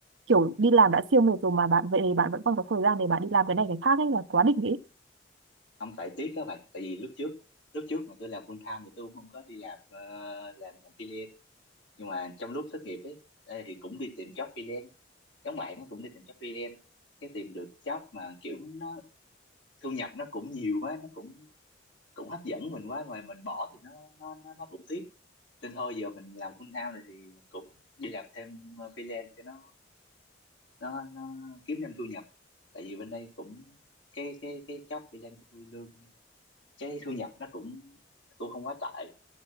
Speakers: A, on the right; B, on the left.
A: Kiểu đi làm đã siêu mệt rồi mà bạn vậy thì bạn vẫn còn có thời gian để bạn đi làm cái này cái khác ấy là quá đỉnh ấy.
B: không phải tiếc các bạn tại vì lúc trước lúc trước mà tôi làm full time thì tôi không có đi làm ờ, làm làm freelance nhưng mà trong lúc thất nghiệp ấy ê, thì cũng đi tìm job freelance giống bạn nó cũng đi tìm job freelance cái tìm được job mà kiểu nó thu nhập nó cũng nhiều quá nó cũng cũng hấp dẫn mình quá mà mình bỏ thì nó nó nó nó cũng tiếc nên thôi giờ mình làm full time rồi thì mình cũng đi làm thêm ờ, freelance cho nó nó nó kiếm thêm thu nhập tại vì bên đây cũng cái cái cái job freelance của tôi lương cái thu nhập nó cũng cũng không quá tệ